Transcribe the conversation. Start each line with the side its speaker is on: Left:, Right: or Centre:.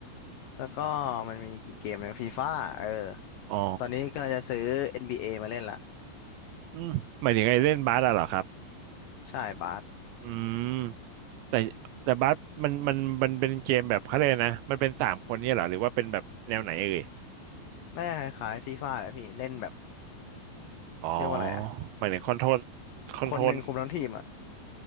Left: แล้วก็มันมีกี่เกมหนึ่งฟีฟ่าเออ
Right: อ๋อ
Left: ตอนนี้กำลังจะซื้อ NBA มาเล่นละ
Right: อืมหมายถึงไอ้เล่นบาสอะเหรอครับ
Left: ใช่บาส
Right: อืมแต่แต่บาสมันมันมันเป็นเกมแบบเขาเลยกนะมันเป็นสามคนเนี่ยเหรอหรือว่าเป็นแบบแนวไหนเอ่ย
Left: น่าจะคล้ายๆฟีฟ่าแหละพี่เล่นแบบ
Right: อ๋อ
Left: เรียกว่าอะไรอะ
Right: หมายถึงคอนโทรลคอนโทรล
Left: คนหนึ่งคุมทั้งทีมอะ